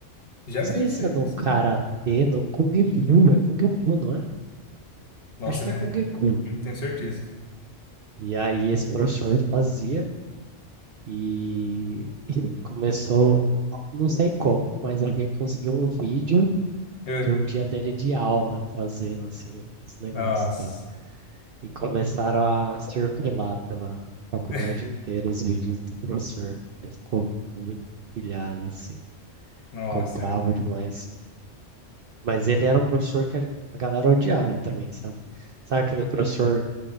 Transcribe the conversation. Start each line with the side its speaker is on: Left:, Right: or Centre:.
Left: Já
Right: Não
Left: vi
Right: sei
Left: isso
Right: se
Left: aí,
Right: é no
Left: mas...
Right: karatê, no Kung Fu, é Kung Fu, não é?
Left: Nossa,
Right: Acho que
Left: velho.
Right: é Kung Fu.
Left: Não tenho certeza.
Right: E aí esse professor fazia e, <laughs> e começou, não sei como, mas alguém conseguiu um vídeo
Left: Eh,
Right: de um dia dele de aula fazendo, assim, os negócios
Left: Nossa.
Right: e tal. E começaram a circular pela faculdade
Left: <laughs>
Right: inteira os vídeos do professor. Ele ficou muito pilhado, assim,
Left: Nossa,
Right: ficou bravo
Left: velho.
Right: demais. Mas ele era um professor que a galera odiava também, sabe? Sabe aquele professor